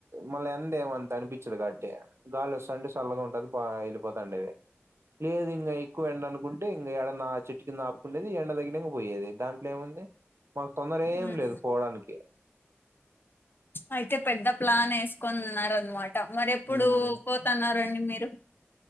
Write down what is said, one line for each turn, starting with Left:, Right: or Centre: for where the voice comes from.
Right: మల్ల ఎండ ఏమంత అనిపించదు కాబట్టి గాలి వస్తాంటే చల్లగా ఉంటది బాగా వెళ్ళిపోతండి లేదు ఇంగ ఎక్కువ ఎండ అనుకుంటే ఇంకా ఎడ నా చెట్టు కింద ఆపుకునేది ఎండ తగ్గినంక పోయేది దాన్ దాంట్లో ఏముంది మాకు తొందర
Left: హ్మ్.
Right: ఏం లేదు పోవడానికి
Left: అయితే పెద్ద ప్లాన్ వేసుకొనున్నారనమాట మరెప్పుడు
Right: మ్మ్
Left: పోతున్నారండి మీరు